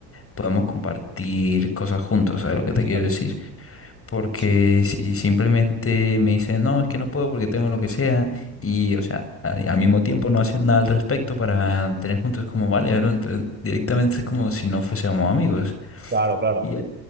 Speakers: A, on the left; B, on the right.
A: podemos compartir cosas juntos, ¿sabes lo que te
B: Exacto.
A: quiero decir? Porque
B: Sí, sí.
A: si simplemente me dicen, no, es que no puedo porque tengo lo que sea, y, o sea, a- al mismo tiempo no hacen nada al respecto para tener juntos, como, vale, bro, entonces directamente es como si no fuésemos amigos.
B: Claro, claro.
A: Y eh,